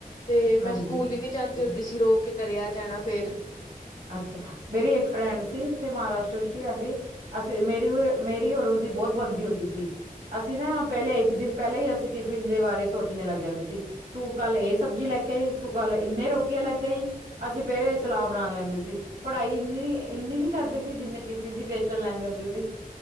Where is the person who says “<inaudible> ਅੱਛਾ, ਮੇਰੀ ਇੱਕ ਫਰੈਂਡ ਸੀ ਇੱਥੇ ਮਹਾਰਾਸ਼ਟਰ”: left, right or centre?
Right